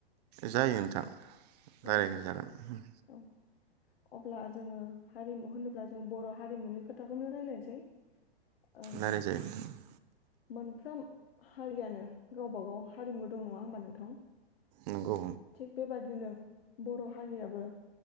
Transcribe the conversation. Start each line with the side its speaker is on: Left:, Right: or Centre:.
Right: जायो नोंथां।
Left: औ
Right: रायज्य जागोन।
Left: औ अब्ला जोंङो हारिमु होनोब्ला जों बर' हारिमुनि खोथाखौनो रायलायनोसै। ओ
Right: रायज्लाय जायो नोंथां।
Left: मोनफ्रोम हारियानो गावबा गाव हारिमु दं नङा होमबा नोंथां।
Right: नंगौ
Left: थिग बेबादिनो बर' हारियाबो